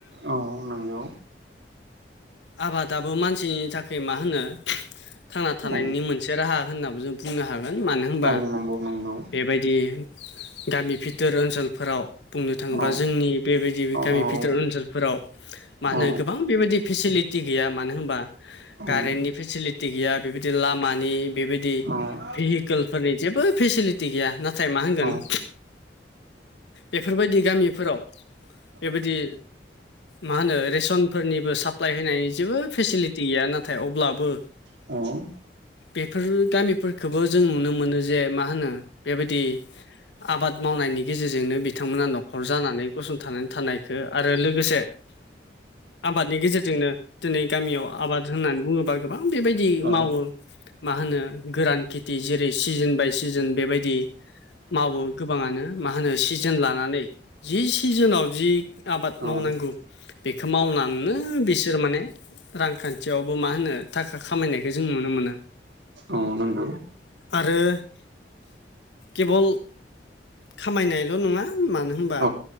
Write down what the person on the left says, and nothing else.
आबादाबो मानसिनि थाखाय मा होनो थांना थानायनि
मोन से राहा होननाबो जों बुंनो हागोन मानो होनबा
बेबायदि गामि फिथोर ओनसोलफोराव बुंनो थाङोबा
जोंनि बेबायदि
गामि भिथोर ओनसोलफोराव मा
होनो गोबां बेबायदि फेसिलिटि गैया मानो होनबा। कारेन्टनि
फेसिलिटि गैया बेबायदि लामानि बेबायदि
भेहिकेलफोरनि जेबो फेसिलिटि गैया नाथाय मा होनगोन।
बेफोर बायदि गामिफोराव बेबायदि मा होनो रेसनफोरनिबो साप्लाय होनाय जेबो फेसिलिटि गैया ना थाय अब्लाबो
बेफोर गामिफोरखौबो जों नुनो मोनो जे मा होनो बेबायदि। आबाद मावनायनि गेजेरजोंनो बिथांमोना न'खर जानानै। गसंथानानै थानायखौ आरो लोगोसे आबादनि गेजे जोंनो दिनै गामियाव आबाद होननानै बुङोबा गोबां बेबायदि
मावो। मा होनो गोरान खेथि जेरै- सिजोन बाय सिजोन बेबायदि। मावो गोबाङानो मा होनो सिजोन लानानै जि सिजोनाव जि आबाद
मावनांगौ
बेखौ मावनानैनो थारमाने रांखान्थियावबो मा होनो थाखा खामायनायखौ जों नुनो मोनो।
आरो केबल खामायनायल' नङा मानो होनबा।